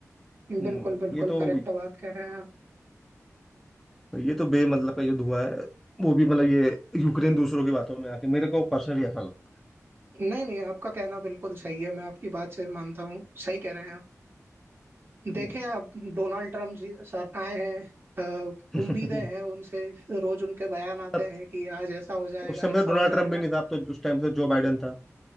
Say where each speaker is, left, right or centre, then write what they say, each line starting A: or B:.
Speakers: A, in the centre; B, on the right.
A: हम्म,
B: बिल्कुल बिल्कुल
A: ये तो
B: करेक्ट बात कह रहे हैं आप
A: ये तो बेमतलब का युद्ध हुआ है वो भी मतलब ये यूक्रेन दूसरों की बातों में आके मेरे को पर्सनली ऐसा लगता
B: नहीं नहीं आपका कहना बिल्कुल सही है मैं आपकी बात से मानता हूँ सही कह रहे हैं आप देखें
A: है।
B: अब डोनाल्ड ट्रम्प जी सर आए हैं अ,
A: हम्म।
B: उम्मीदें
A: <laughs>
B: हैं उनसे रोज उनके बयान आते
A: तब
B: हैं कि आज ऐसा हो जाएगा
A: उस समय
B: ऐसा
A: डोनाल्ड
B: हो जाएगा
A: ट्रम्प भी नहीं था अब तो उस टाइम तो जो बाइडन था